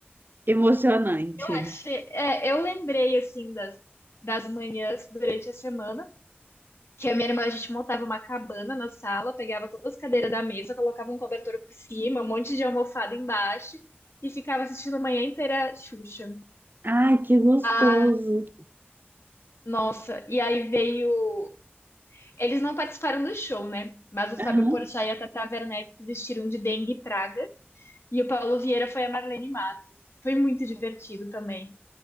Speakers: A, on the right (about 55°); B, on the left (about 85°).
A: Emocionante.
B: Achei- É, eu lembrei, assim, das, das manhãs durante a semana, que a minha irmã, a gente montava uma cabana na sala, pegava todas as cadeiras da mesa, colocava um cobertor por cima, um monte de almofada embaixo, e ficava assistindo a manhã inteira Xuxa.
A: Ai, que gostoso.
B: Ah, nossa, e aí veio... Eles não participaram do show, né? Mas o
A: Aham.
B: Fábio Porchat e a Tata Werneck se vestiram de dengue e praga, e o Paulo Vieira foi a Marlene Matos. Foi muito divertido também.